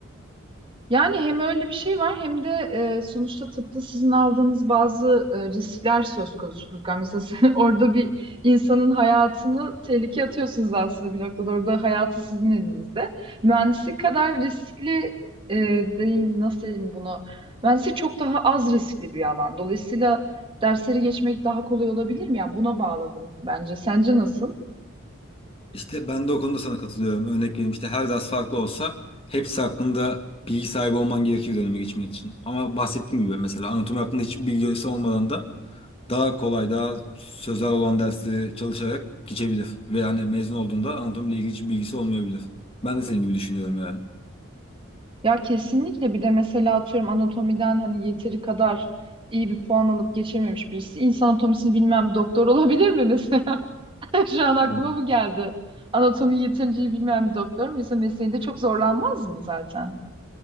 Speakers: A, on the right; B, on the left.
A: Yani hem öyle bir şey var hem de e, sonuçta tıpta sizin aldığınız bazı e, riskler söz konusu Furkan. Mesela sen <laughs> orada bir insanın hayatını tehlikeye atıyorsunuz aslında bir noktada. Orada hayatı sizin elinizde. Mühendislik kadar riskli e, diyeyim nasıl diyeyim bunu? Mühendislik çok daha az riskli bir alan. Dolayısıyla dersleri geçmek daha kolay olabilir mi? Ya buna bağladım bence. Sence nasıl?
B: İşte ben de o konuda sana katılıyorum. Örnek vereyim işte her ders farklı olsa hepsi hakkında bilgi sahibi olman gerekir döneme geçmek için. Ama bahsettiğim gibi mesela anatomi hakkında hiçbir bilgisi olmadan da daha kolay, daha sözel olan dersleri çalışarak geçebilir. Ve yani mezun olduğunda anatomiyle ilgili hiçbir bilgisi olmayabilir. Ben de senin gibi düşünüyorum yani.
A: Ya kesinlikle bir de mesela atıyorum anatomiden hani yeteri kadar iyi bir puan alıp geçememiş birisi. İnsan anatomisini bilmem doktor olabilir mi mesela? <laughs> Şu an aklıma
B: Hmm.
A: bu geldi. Anatomiyi yeterince iyi bilmeyen bir doktor mu? Mesela mesleğinde çok zorlanmaz mı zaten?